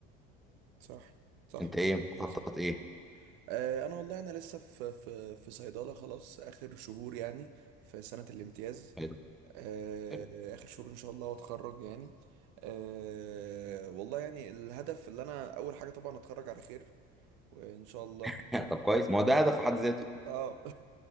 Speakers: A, on the right; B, in the centre.
A: صح صح
B: انت ايه
A: والله
B: مخطط
A: عندك صح.
B: ايه
A: آه، انا والله انا لسه في في في صيدله خلاص اخر شهور يعني في سنه الامتياز
B: حلو
A: آه،
B: حلو
A: اخر شهور ان شاء الله واتخرج يعني أه والله يعني الهدف اللي انا اول حاجه طبعا اتخرج على خير وان شاء الله
B: <laughs> طب كويس ما هو ده هدف في حد ذاته
A: اه